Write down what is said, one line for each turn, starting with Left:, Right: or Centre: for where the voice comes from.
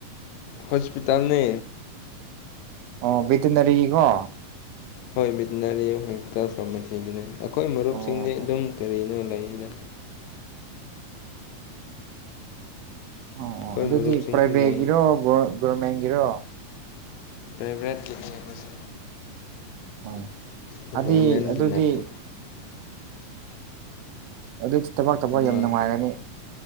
Left: ꯍꯣꯁꯄꯤꯇꯥꯜꯅꯦ
Right: ꯑꯣ ꯕꯦꯇꯅꯔꯤꯒꯤ ꯀꯣ
Left: ꯍꯣꯏ ꯚꯦꯇꯤꯅꯔꯤ ꯍꯣꯁꯄꯤꯇꯥꯜ ꯐꯥꯔꯃꯥꯁꯤꯗꯨꯅꯤ ꯑꯩꯈꯣꯏ ꯃꯔꯨꯞꯁꯤꯡꯗꯤ
Right: ꯑꯣ ꯑꯣ
Left: ꯑꯗꯨꯝ ꯀꯔꯤꯅꯣ ꯂꯩꯗ
Right: ꯑꯣ
Left: ꯑꯩꯈꯣꯏ
Right: ꯑꯣ ꯑꯗꯨꯗꯤ
Left: ꯃꯔꯨꯞꯁꯤꯡꯁꯨ
Right: ꯄ꯭ꯔꯥꯏꯚꯦꯠꯀꯤꯔꯣ
Left: ꯂꯩ
Right: ꯒꯣꯔꯔꯃꯦꯟꯒꯤꯔꯣ
Left: ꯄ꯭ꯔꯥꯏꯕꯦꯠꯀꯤꯅꯤꯁꯤ
Right: ꯍꯣꯏ
Left: ꯒꯣꯕꯔꯃꯦꯟꯒꯤ
Right: ꯑꯗꯤ ꯑꯗꯨꯗꯤ
Left: ꯅꯠꯇꯦ
Right: ꯑꯗꯨꯗꯤ ꯊꯕꯛ ꯇꯧꯕ
Left: ꯅꯨꯡꯉꯥꯏ
Right: ꯌꯥꯝ ꯅꯨꯡꯉꯥꯏꯔꯅꯤ